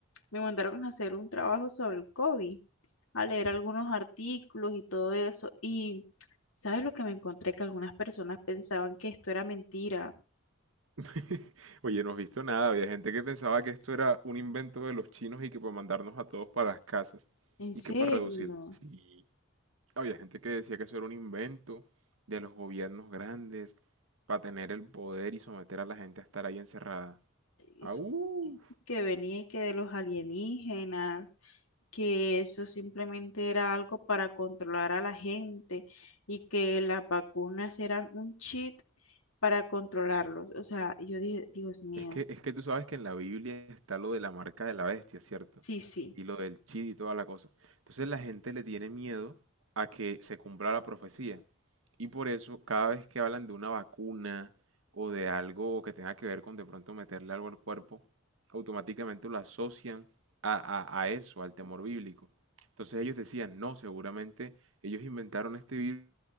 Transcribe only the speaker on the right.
<laughs> Oye, no has visto nada. Había gente que pensaba que esto era un invento de los chinos y que para mandarnos a todos para las casas
y que para reducir. Sí, había gente que decía que eso era un invento de los gobiernos grandes para tener el poder y someter a la gente a estar ahí encerrada.
¡Au!
Es que, es que tú sabes que en la Biblia está lo de la marca de la bestia, ¿cierto?
Y lo del chid y toda la cosa. Entonces la gente le tiene miedo a que se cumpla la profecía. Y por eso cada vez que hablan de una vacuna o de algo que tenga que ver con de pronto meterle algo al cuerpo, automáticamente lo asocian a, a a eso, al temor bíblico. Entonces ellos decían, no, seguramente ellos inventaron este virus